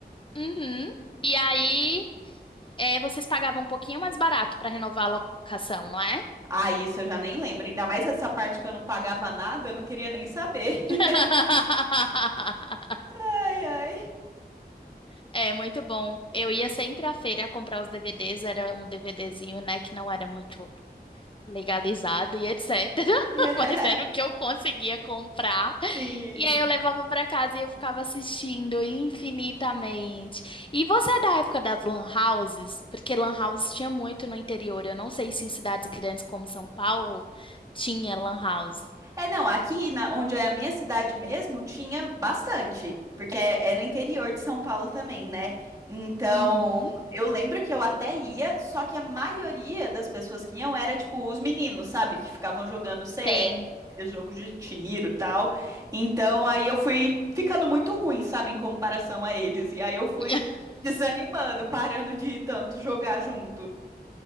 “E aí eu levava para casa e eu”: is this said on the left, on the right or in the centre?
Left